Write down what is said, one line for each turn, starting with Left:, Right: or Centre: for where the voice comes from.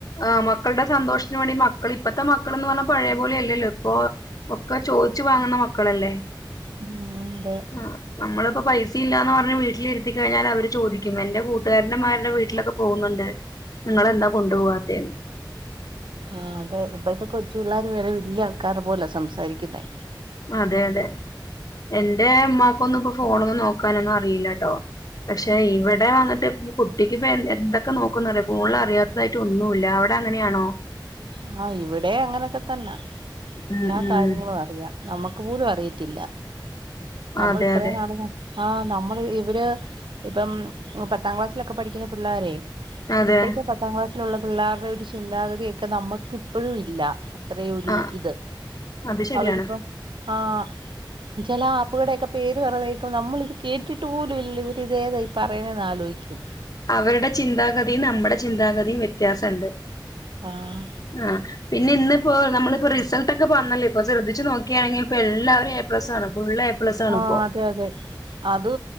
Left: ആഹ മക്കളുടെ സന്തോഷത്തിന് വേണ്ടി മക്കൾ ഇപ്പഴത്തെ മക്കൾ എന്ന് പറഞ്ഞാൽ പഴയ പോലും ഇല്ലല്ലോ ഇപ്പൊ ഒക്കെ ചോദിച്ചു വാങ്ങുന്ന മക്കളല്ലേ
Right: ഉ അതെ
Left: ആഹ് നമ്മളിപ്പോ പൈസ ഇല്ലാന്ന് പറഞ്ഞഞ് വീട്ടിലിരുത്തി കഴിഞ്ഞാൽ അവര് ചോദിക്കും എന്റെ കൂട്ടുകാരന്റെമാരുടെ വീട്ടിലൊക്കെ പോകുന്നുണ്ട് നിങ്ങളെന്താ കൊണ്ടുപോവാത്ത എന്ന്
Right: ആഹ അതെ ഇവിഴത്തെ കൊച്ചു പിള്ളേർ വേറെ വല്യ ആൾക്കാർ പോലെ സംസാരിക്കുന്നേ
Left: അതെ അതെ എന്റെ അമ്മാക്കൊന്നും ഇപ്പോൊ ഫോണ ഒന്നും നോക്കാനൊന്നും അറിയില്ലട്ടോ പക്ഷെ ഇവിടെ വന്നിട്ട് കുട്ടിക്ക്പ്പൊ എ എന്തൊക്കെ നോക്കന്ന്റിയോ ഫോണിൽ അറിയാത്തതായിട്ട് ഒന്നുമല്ല അവിടെ അങ്ങനെയാണോ
Right: ആഹ ഇവിടെ അങ്ങനെയൊക്കെ തന്നെ
Left: ഉം
Right: എല്ലാ
Left: ഉം
Right: കാര്യങ്ങളും അറിയാം നമ്മുക്ക് പോലും അറിയത്തില്ല നമ്മൾ
Left: അതെ
Right: ഇത്രയും
Left: അതെ
Right: നാള ആഹ നമ്മള് ഇവര് ഇപ്പം പത്താം ക്ലാസ്സിലൊക്കെ പഠിക്കുന്ന പിള്ളോരേ
Left: അതെ
Right: ഇപ്പോഴത്തെ പത്താം ക്ലാസ്സിലുള്ള പിള്ളേരുടെ ഒരു ചിന്താഗതിയൊക്കെ നമ്മുക്ക് ഇപ്പോഴും ഇല്ല അത്രയൊ ഒരു
Left: ആഹ്
Right: ഇത്
Left: അത് ശരിയാണ്
Right: അവരിപ്പം ആഹ ചില ആപ്പുകളുടെയൊക്കെ പേര് പറയുന്ന കേൾക്കുമ്പോ നമ്മൾ ഇത് കേട്ടിട്ട് പോലും ഇല്ല ഇവരി ഇതേതായി പറയാണെന്ന് ആലോചിക്കും
Left: അവരുടെ ചിന്താഗതിയും നമ്മുടെ ചിന്താഗതിയും വ്യത്യാസുണ്ട്
Right: ആഹ
Left: ആഹ പിന്നെ ഇനിപ്പോ നമ്മളിപ്പോ റിസൾട്ട്ക്കെ പറന്നല്ലേ ഇപ്പൊ ശ്രദ്ധിച്ച നോക്കാണങ്കിപ്പ എല്ലാവരും എ പ്ലസ്സണ് ഫുൾ എ പ്ലസ് ആണ്
Right: ആഹ
Left: ഇപ്പോ
Right: അതെ അതെ അത്